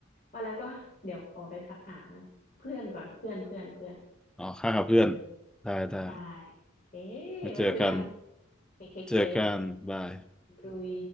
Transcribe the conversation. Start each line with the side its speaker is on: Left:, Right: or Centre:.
Left: ว่าแล้วก็เดี๋ยวขอไปทักหาเพื่อนก่อนเพื่อนเพื่อนเพื่อน
Centre: อ๋อค่ากับเพื่อน
Left: เออ
Centre: ได้ ได้
Left: ได้เอ๊ะไว้คุยกัน
Centre: ไว้เจอกัน
Left: เคเคเค
Centre: เจอกันบาย
Left: บรุย